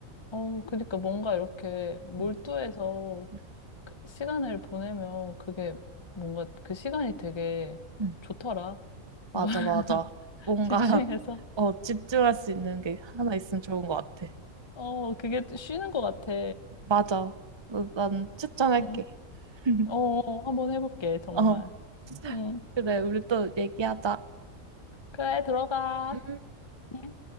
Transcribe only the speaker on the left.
어, 그러니까 뭔가 이렇게 몰두해서
그 시간을 보내면 그게 뭔가 그 시간이 되게
좋더라. 뭐,
<laughs>
집중해서.
어, 그게 또 쉬는 것 같아.
응,
어, 한번 해볼게, 정말.
응,
그래, 들어가.
음.